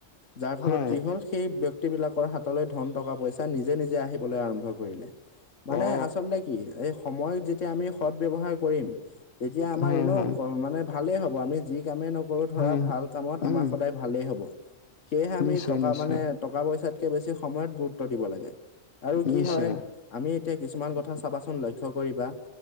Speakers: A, on the left (about 75°); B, on the left (about 45°).
A: যাৰ ফলত
B: হয়
A: কি হল সেই ব্য সেই বিলাকৰ হাতলৈ ধন টকা পইচা নিজে নিজে আহিবলৈ আৰম্ভ কৰিলে মানে
B: অ
A: আচলতে কি এই সময়ক যেতিয়া আমি সৎ ব্যৱহাৰ কৰিম এতিয়া আমাৰ
B: হয়
A: এনেও
B: হয়
A: মানে ভালেই হ'ব আমি যি কামেই নকৰো ধৰা
B: হয়
A: ভাল কামত
B: উম
A: আমাৰ সদায় ভালেই হব সেয়েহে
B: নিশ্চয়
A: আমি টকা
B: নিশ্চয়
A: মানে টকা পইচাতকে বেছি সময়ত গুৰুত্ব দিব লাগে আৰু কি
B: নিশ্চয়
A: হয় আমি এতিয়া কিছুমান কথা চাবাচোন লক্ষ্য কৰিবা